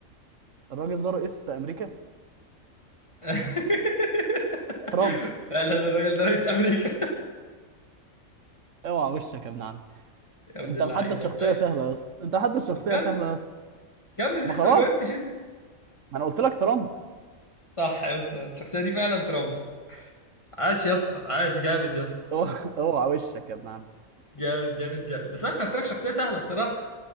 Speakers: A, on the right (about 70°); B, on the left (about 25°).
A: الراجل ده رئيس امريكا
B: <laughs>
A: ترامب
B: فعلا الراجل ده رئيس امريكا
A: اوعى وشك يا ابن عم
B: يا ابن
A: انت
B: اللعيبه
A: محدد شخصية
B: طيب
A: سهلة يا اسطى انت محدد شخصية
B: طب كمل
A: سهلة يا اسطى
B: كمل
A: ما
B: لسه
A: خلاص
B: ما جاوبتش انت
A: ما انا قلت لك ترامب
B: صح يا اسطى الشخصيه دي فعلا ترامب عاش يا اسطى عاش جامد يا اسطى
A: اوعى اوعى وشك يا ابن عم
B: جامد جامد جامد بس أنا اخترت لك شخصيه سهله بصراحه